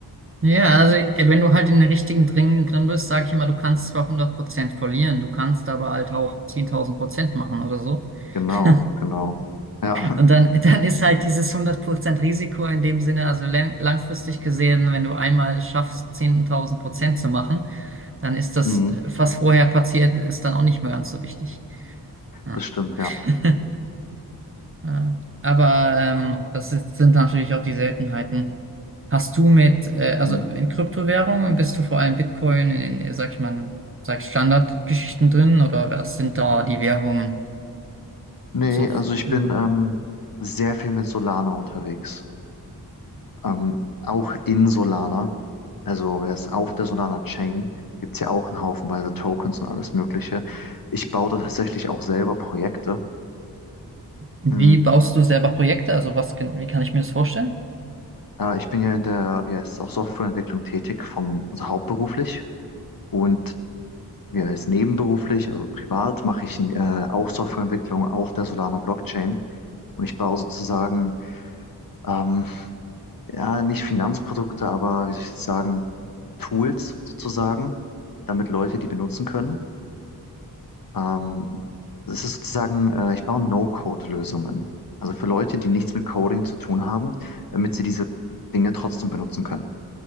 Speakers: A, on the right; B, on the left.
A: Ja, also äh, wenn du halt in den richtigen Dingen drin bist, sage ich immer, du kannst zwar hundert Prozent verlieren, du kannst aber halt auch 10.000% machen oder so. <laughs>
B: Genau, genau. Ja,
A: Und dann, dann ist halt dieses 100% Risiko in dem Sinne, also lang- langfristig gesehen, wenn du einmal es schaffst, 10.000 Prozent zu machen, dann
B: <laughs>
A: ist das,
B: mhm.
A: äh, was vorher passiert, ist dann auch nicht mehr ganz so wichtig. Ja.
B: Das stimmt, ja.
A: <laughs> Ja. Aber ähm, das ist, sind natürlich auch die Seltenheiten. Hast du mit, äh, also
B: Mhm.
A: in Kryptowährungen bist du vor allem Bitcoin in den, äh, sag ich mal, sag ich Standardgeschichten drin oder was sind da die Währungen
B: Nee,
A: so?
B: also ich
A: Hm.
B: bin ähm, sehr viel mit Solana unterwegs. Ähm, auch in Solana, also erst auf der Solana Chain, gibt es ja auch einen Haufenweise Tokens und alles Mögliche. Ich baue da tatsächlich auch selber Projekte.
A: Wie
B: Mhm.
A: baust du selber Projekte? Also was, kann- wie kann ich mir das vorstellen?
B: Äh, ich bin ja in der, wie heißt es, auch Softwareentwicklung tätig, vom, also hauptberuflich und wie heißt es, nebenberuflich, also privat, mache ich äh, auch Softwareentwicklung auf der Solana Blockchain. Und ich baue sozusagen, ähm, ja, nicht Finanzprodukte, aber wie soll ich jetzt sagen, Tools sozusagen, damit Leute die benutzen können. Ähm, es ist sozusagen, äh, ich baue No-Code-Lösungen. Also für Leute, die nichts mit Coding zu tun haben, damit sie diese Dinge trotzdem benutzen können.